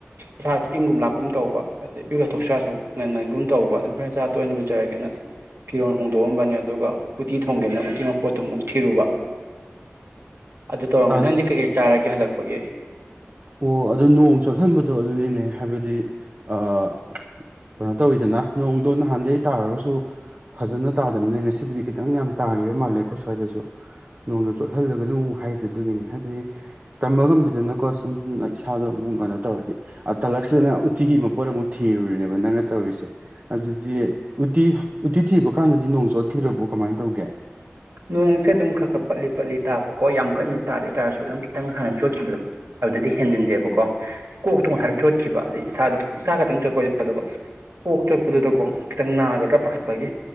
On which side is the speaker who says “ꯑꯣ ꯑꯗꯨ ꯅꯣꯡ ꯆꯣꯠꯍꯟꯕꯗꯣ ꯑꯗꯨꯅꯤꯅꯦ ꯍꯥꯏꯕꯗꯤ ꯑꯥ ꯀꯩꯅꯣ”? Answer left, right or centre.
Right